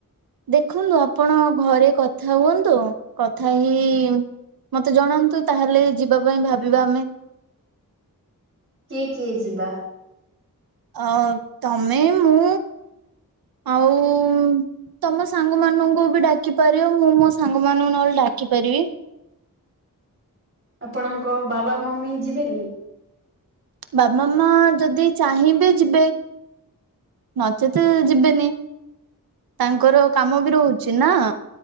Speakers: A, on the right; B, on the right.
A: ଦେଖନ୍ତୁ ଆପଣ ଘରେ କଥା ହୁଅନ୍ତୁ। କଥା ହେଇ ମତେ ଜଣାନ୍ତୁ ତାହେଲେ ଯିବା ପାଇଁ ଭାବିବା ଆମେ।
B: କିଏ କିଏ ଯିବା?
A: ଅ ତମେ ମୁଁ ଆଉ ତମ ସାଙ୍ଗ ମାନଙ୍କୁ ବି ଡାକି ପାରିବ। ମୁଁ ମୋ ସାଙ୍ଗ ମାନଙ୍କୁ ନହେଲେ ଡାକି ପାରିବି।
B: ଆପଣଙ୍କ ବାବା ମମି ଯିବେ ବି?
A: ବାବା ମା ଯଦି ଚାହିଁବେ ଯିବେ। ନଚେତେ ଯିବେନି। ତାଙ୍କର କାମ ବି ରହୁଛି ନା।